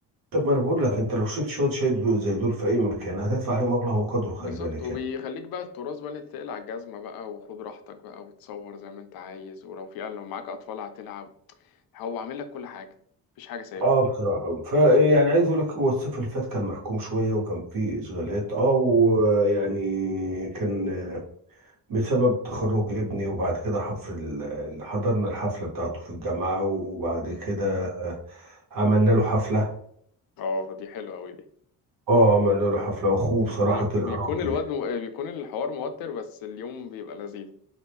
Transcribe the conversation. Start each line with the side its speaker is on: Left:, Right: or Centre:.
Right: طب ما انا بقول لك انت لو شربت شويه شاي دول- زي دول في اي مكان هتدفع عليهم مبلغ وقدره خلي
Left: بالظبط
Right: بالك
Left: وبيخليك
Right: يعني
Left: بقى التراث بقى اللي تقلع على الجزمه بقى وخد راحتك بقى وتصور زي ما انت عايز ولو في لو معاك اطفال هتلعب هو عامل لك كل حاجه مفيش حاجه سايبه
Right: اه بصراحه فيعني عايز اقول لك هو الصيف اللي فات كان محكوم شويه وكان فيه اشغالات اه ويعني كان بسبب تخرج ابني وبعد كده حفر ال- حضرنا الحفله بتاعته في الجامعه وبعد
Left: مم.
Right: كده عملنا له حفلة
Left: اه دي حلوه قوي دي
Right: اه عملنا له حفلة واخوه بصراحة
Left: بي- بيكون
Right: طلع راجل
Left: الواد بيكون الحوار موتر بس اليوم بيبقى لذيذ